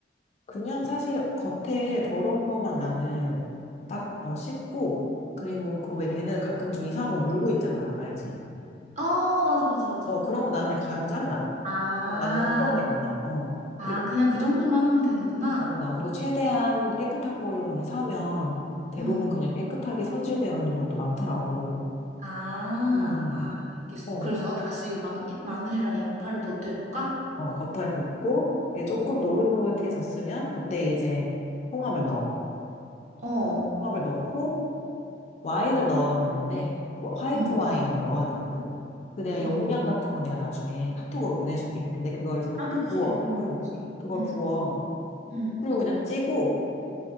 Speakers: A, on the left; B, on the right.
A: 그냥 사실 겉에 더러운 것만
B: 응.
A: 나는 딱
B: 어.
A: 어, 씻고 그리고 그 왜 걔네들 가끔씩 이상한 거 물고 있잖아. 알지?
B: 어, 맞아, 맞아, 맞아.
A: 어, 그런 거 나는 그냥 가위로 잘라.
B: 아,
A: 어, 아니면 뜯어내거나. 어.
B: 아,
A: 그리고
B: 그냥 그 정도만 하면 되는구나.
A: 맞아. 그리고 최대한 깨끗한 걸로 그냥 사면 대부분
B: 응
A: 그냥 깨끗하게 손질되어 있는 것도 많더라고.
B: 아,
A: 음, 음.
B: 아, 알겠어.
A: 어,
B: 그래서 다시 마, 마늘이랑 양파를 버텨볼까?
A: 어, 버터에 볶고, 이게 조금
B: 어,
A: 노릇노릇해졌으면, 그때 이제 홍합을 넣어.
B: 어,
A: 홍합을 넣고, 와인을 넣어야 되는데, 와- 화이트
B: 응.
A: 와인을 넣어야 되거든? 그래야
B: 어.
A: 용량 같은 건 내가 나중에 카톡으로 보내줄게. 근데 그거를 이제
B: 아, 그치,
A: 부어.
B: 그럼
A: 응,
B: 되지.
A: 그걸
B: 응,
A: 부어.
B: 응.
A: 그리고 그냥 찌고,